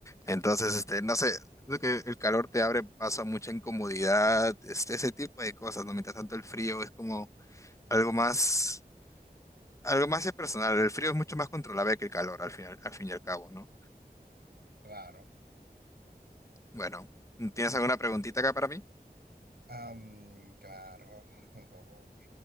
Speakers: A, on the left (about 20°); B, on the right (about 80°).
A: Entonces, este, no sé, creo que el calor te abre paso a mucha incomodidad, este, ese tipo de cosas, ¿no? Mientras tanto el frío es como algo más, algo más personal, el frío es mucho más controlable que el calor al final, al fin y al cabo, ¿no?
B: Claro.
A: Bueno, ¿tienes alguna preguntita acá para mí?
B: Am, claro. <laughs>